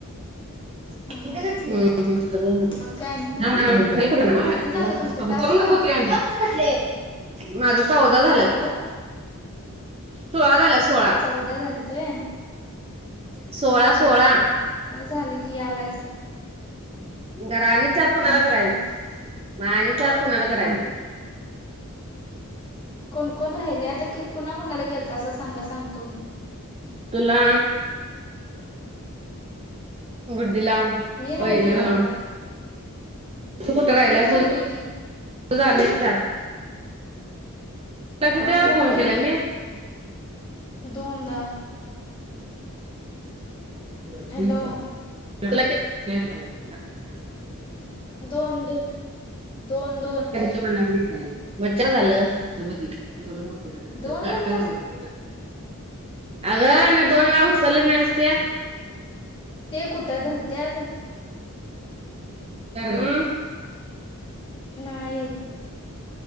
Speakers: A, on the right (about 25°); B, on the left (about 20°).
A: हूं
B: हा हा
A: हूं!
B: मग काय आणि
A: <unintelligible>
B: किती झालं तुमचं टास्क?
A: माझ चौदा
B: हॅलो
A: झाल्यात. सोळा झाल्या सोळा.
B: चौदा झालेत व्हय
A: सोळा
B: हा
A: सोळा
B: हा, माझं झालं की यालाइसा.
A: गर आणि चार कुणाला
B: मग
A: कराय! म आणि चार कुणाला करायचं?
B: कोण कोण राहिलंय आता की-कुणाला कुणाला केलतासा असं सांगा सांगतो मी.
A: तुला! गुड्डीला!
B: मी राहिलोय
A: वहिनीला
B: कि बाई.
A: तू कुठ राहिल्यास
B: राहिलोय
A: तुझं
B: की
A: झालंय चार. कितीवेळा
B: माझं झालंय
A: फोन केला मी?
B: दोनदा!
A: तूला
B: हॅलो
A: कि <unintelligible>
B: दोन दोन दोन दोन
A: तुम्हांल लागलीच नाही मी, मच्चर झाल ते बा ते एवढं मोठ झालं
B: दोन
A: तर काटत.
B: म्हणताना
A: अगं आणि दोन वेळा उचलंली नाहीस ते.
B: ते कुठं धरत्यात.
A: हूं!
B: नाही.